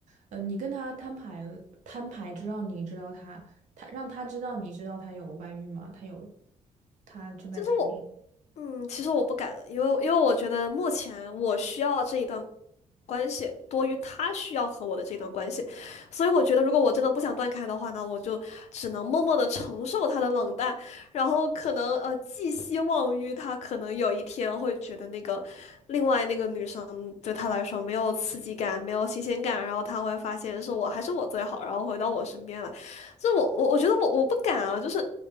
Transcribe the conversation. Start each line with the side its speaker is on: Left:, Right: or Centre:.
Right: 呃，你跟他摊牌了，摊牌知道你知道他，他让他知道你知道他有外遇吗？他有，他正在谈。
Left: 就是我嗯，其实我不敢，因为因为我觉得目前我需要这一段关系多于他需要和我的这段关系，所以我觉得如果我真的不想断开的话呢，我就只能默默的承受他的冷淡，然后可能呃寄希望于他可能有一天会觉得那个另外那个女生对他来说没有刺激感，没有新鲜感，然后他会发现是我还是我最好，然后回到我身边来。就我我我觉得我我不敢啊，就是。